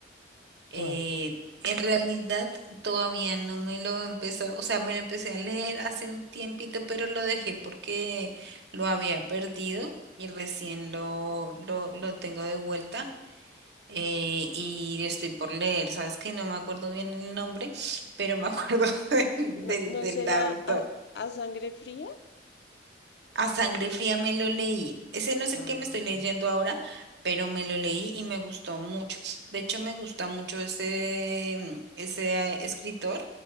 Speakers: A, on the right; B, on the left.
A: Eh,
B: ¿Cuál?
A: en realidad todavía no me lo empecé, o sea, me lo empecé a leer hace un tiempito, pero lo dejé porque lo había perdido y recién lo, lo, lo tengo de vuelta. eh, y estoy por leer, sabes que no me acuerdo bien el nombre, pero me acuerdo <laughs> del,
B: ¿No,
A: del,
B: no
A: del
B: será
A: autor.
B: a, a sangre fría?
A: A sangre fría me lo leí. Ese no es
B: Ah,
A: el que me estoy leyendo
B: ok.
A: ahora, pero me lo leí y me gustó mucho. De hecho, me gusta mucho ese, mm, ese eh, escritor,